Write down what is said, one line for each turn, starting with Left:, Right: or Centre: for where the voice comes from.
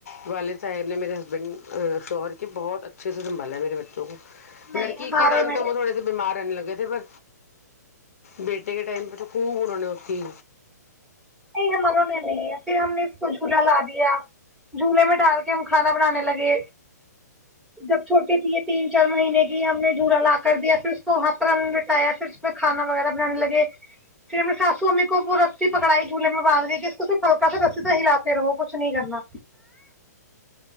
Left: والد صاحب نے میرے ہسبینڈ شوہر کے بہت اچھے سے سنبھالا ہے میرے بچوں کو
Centre: نہیں
Left: لڑکی
Centre: ہماروں
Left: کے ٹائم
Centre: نے
Left: تو وہ تھوڑے سے بیمار رہنے لگا کہتےے پر بیٹے کے ٹائم پہ تو خوں ہونہ نے اتی
Centre: نہیں ہماروں میں نہیں ہے پھر ہم نے اس کو جھولا لا دیا جولے میں ڈال کے ہم کھانا بنانے لگے جب چھوٹے تھے تین چار مہینے کے ہم نے جورا لا کر دیا پھر اس کو وہاں پر ہم نے لٹایا پھر اس میں کھا وغیرہ بنانے لگے پھر ہم سسو امی کو وہ رسی پکڑائی گی جولے میں باندھ گئے کہ اس کو ص ہلکا سے رسی سے ہلاتے رہو کچھ نہیں کرنا